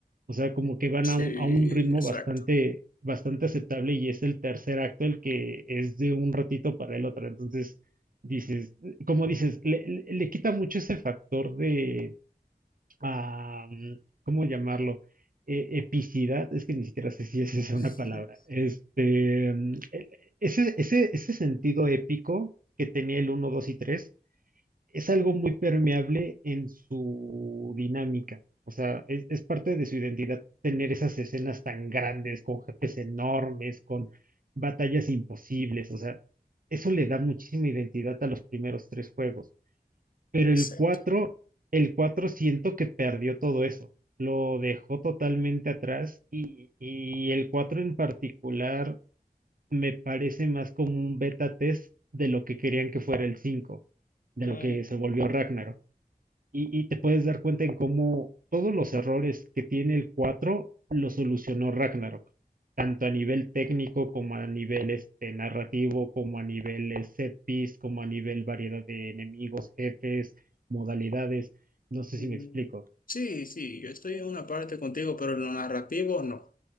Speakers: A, on the right; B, on the left.
A: O sea, como que van
B: Sí,
A: a un, a un ritmo
B: exacto.
A: bastante, bastante aceptable y es el tercer acto el que es de un ratito para el otro. Entonces, dices, como dices, le, le- le quita mucho ese factor de, ah, mm, ¿cómo llamarlo? E- epicidad, es que ni siquiera sé si esa es una
B: <laughs>
A: palabra. Este, mm, e- ese, ese, ese sentido épico que tenía el uno, 2 y 3 es algo muy permeable en su dinámica. O sea, es, es parte de su identidad tener esas escenas tan grandes, con jefes enormes, con batallas imposibles. O sea, eso le da muchísima identidad a los primeros tres juegos. Pero
B: Exacto.
A: el cuatro, el 4 siento que perdió todo eso. Lo dejó totalmente atrás y, y el 4 en particular me parece más como un beta test de lo que querían que fuera el 5, de
B: Mm,
A: lo que se volvió Ragnarok y, y te puedes dar cuenta en cómo todos los errores que tiene el 4 los solucionó Ragnarok, tanto a nivel técnico como a nivel este, narrativo, como a nivel eh, set piece, como a nivel variedad de enemigos, jefes, modalidades. No sé
B: mm,
A: si me explico.
B: Sí, sí, yo estoy en una parte contigo, pero en lo narrativo no.